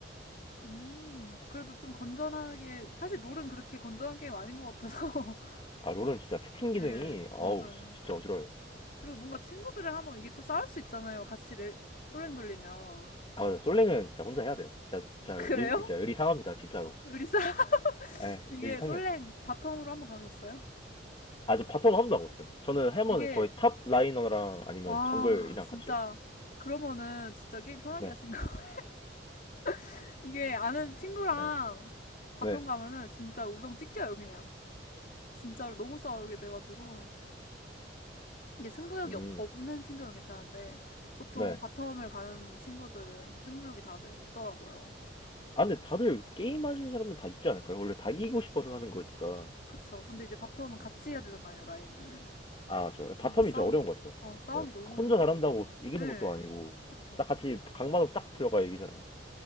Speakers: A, on the left; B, on the left.
A: 음, 그래도 좀 건전하게, 사실 롤은 그렇게 건전한 게임 아닌 것 같아서, <laughs>
B: 아, 롤은 진짜 채팅
A: 네,
B: 기능이, 아우,
A: 맞아요.
B: 진짜 어지러워요.
A: 그리고 뭔가 친구들이랑 하면 이게 또 싸울 수 있잖아요. 같이 레, 솔랭 돌리면.
B: 아, 솔랭은 진짜 혼자 해야 돼요. 진짜,
A: <laughs>
B: 진짜,
A: 그래요?
B: 의, 진짜 의리상합니다, 진짜로.
A: 우리 싸
B: 에,
A: 이게
B: 의리상해요
A: 솔랭
B: 진짜.
A: 바텀으로 한번 가보셨어요?
B: 아, 저 바텀 한 번도 안 봤어요. 저는 해머는
A: 이게
B: 거의 탑 라이너랑 아니면
A: 와
B: 정글이랑
A: 진짜
B: 같이 해요.
A: 그러면은 진짜 게임 편하게
B: 네,
A: 하신가? <laughs> 이게 아는 친구랑
B: 네,
A: 바텀
B: 네,
A: 가면은 진짜 우정 찢겨요 그냥 진짜로 너무 싸우게 돼가지고 이게 승부욕이
B: 음,
A: 없, 없는 친구면 괜찮은데 보통
B: 네.
A: 바텀을 가는 친구들은 승부욕이 다들 있더라고요
B: 아, 근데 다들 게임 하시는 사람은 다 있지 않을까요? 원래 다 이기고 싶어서 하는 거니까.
A: 그쵸 근데 이제 바텀은
B: 네.
A: 같이 해야 되잖아요 라인을
B: 아, 저 바텀이
A: 아 싸우기
B: 진짜 어려운 것 같아요.
A: 아 싸우기
B: 네,
A: 너무
B: 혼자
A: 힘-
B: 잘한다고 이기는
A: 예
B: 것도 아니고
A: 그쵸
B: 딱 같이 각 맞아서 딱 들어가야 이기잖아요.